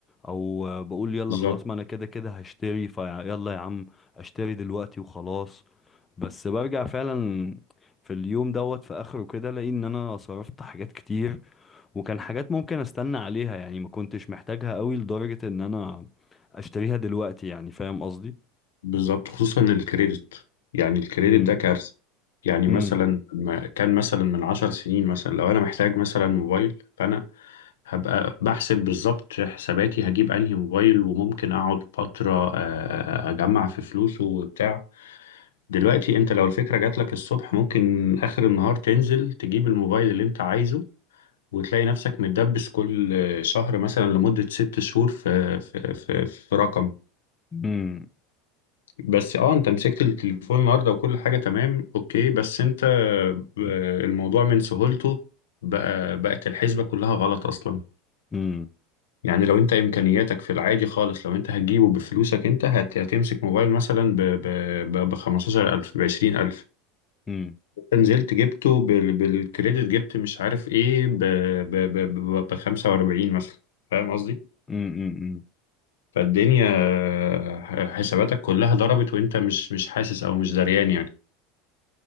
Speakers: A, on the left; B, on the left.
A: او بقول يلا
B: بالظبط
A: خلاص ما انا كده كده هشتري فيلا يا عم اشتري دلوقتي وخلاص بس برجع فعلا في اليوم دوت في اخره كده الاقي ان انا صرفت حاجات كتير وكان حاجات ممكن استنى عليها يعني ما كنتش محتاجها قوي لدرجه ان انا اشتريها دلوقتي يعني فاهم قصدي
B: بالظبط خصوصا الكريدت يعني الكريدت
A: امم
B: ده كارثة يعني
A: امم
B: مثلا ما كان مثلا من عشر سنين مثلا لو انا محتاج مثلا موبايل فانا هبقى بحسب بالظبط حساباتي هجيب انهي موبايل وممكن اقعد فترة آه، اجمع في فلوسه وبتاع دلوقتي انت لو الفكرة جاتلك الصبح ممكن اخر النهار تنزل تجيب الموبايل اللي انت عايزه وتلاقي نفسك متدبس كل شهر مثلا لمدة ست شهور في في في, في رقم
A: امم
B: بس اه انت مسكت التليفون النهارده وكل حاجه تمام اوكي بس انت آه، الموضوع من سهولته بقى بقت الحسبه كلها غلط اصلا
A: امم
B: يعني لو انت امكانياتك في العادي خالص لو انت هتجيبه بفلوسك انت هت- هتمسك موبايل مثلا ب ب ب 15000 ب 20000
A: امم
B: نزلت جبته بال بالكريدت جبت مش عارف ايه ب ب ب ب 45 مثلا فاهم قصدي
A: امم
B: فالدنيا آه، حساباتك كلها ضربت وانت مش مش حاسس او مش دريان يعني